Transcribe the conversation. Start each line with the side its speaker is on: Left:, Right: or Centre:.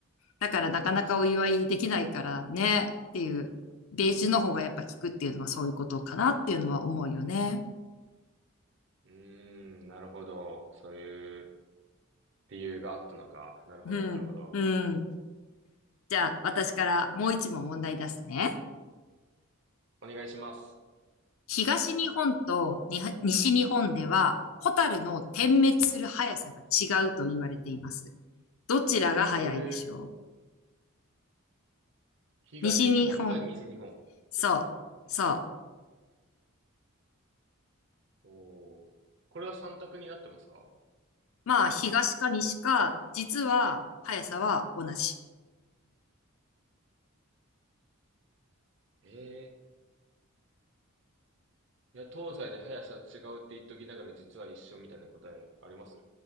Left: だからなかなかお祝いできないからね。
Right: 確かに。
Left: っていう、ベージュの方がやっぱ効くっていうのはそういうことかなっていうのは思うよね。
Right: うーん、なるほど。そういう理由があったのか。なるほど、
Left: うん。
Right: なるほど。
Left: うん。じゃあ、私からもう一問問題出すね。
Right: お願いします。
Left: 東日本とに西日本では、ホタルの点滅する速さが違うと言われています。どちらが速いでしょう
Right: へえ、東日本か西日本ですか
Left: 西日本、そう、そう。
Right: おおー、これは三択になってますか
Left: まあ、東か西か、実は速さは同じ。
Right: ええいや、東西で速さ違うって言っときながら実は一緒みたいな答えあります